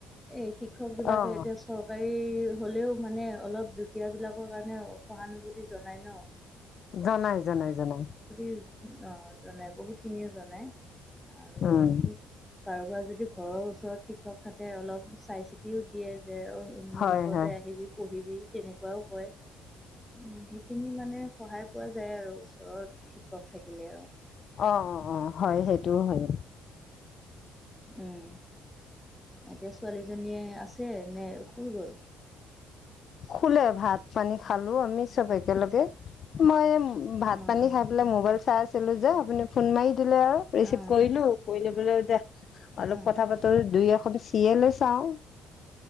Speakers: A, in the centre; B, on the left.
A: এই শিক্ষকিলাকে
B: অ'
A: এতিয়া চৰ হলেও মানে অলপ দুখীয়া বিলাকৰ কাৰণে সহানুভূতি জনাই ন।
B: জনাই জনাই জনাই।
A: অঁ, জনাই বহুত খিনিয়ে জনাই। আৰু
B: উম
A: কাৰোবাৰ যদি ঘৰৰ ওচৰত শিক্ষক থাকে অলপ চাই চিতিও দিয়ে। যে মোৰ
B: হয়
A: ওচৰতে
B: হয়।
A: আহিবি পঢ়িবি তেনেকুৱাও কয়। উ সেইখিনি মানে সহায় পোৱা যায় আৰু ওচৰত শিক্ষক থাকিলে আৰু
B: অ অ অ হয় সেইটো হয়।
A: উম। এতিয়া ছোৱালীজনীয়ে আছে নে শুই গ'ল।
B: শুলে ভাত পানী খালো আমি চবে একেলগে মই, ভাত
A: অঁ
B: পানী
A: অঁ
B: খাই পেলাই মোবাইল চাই আছিলো যে আপুনি ফোন মাৰি দিলে আৰু ৰিচিভ
A: অঁ
B: কৰিলো কৰি ব এতি অলপ
A: অঁ
B: কথা পাতো দুই এখন চিয়ে লো চাওঁ,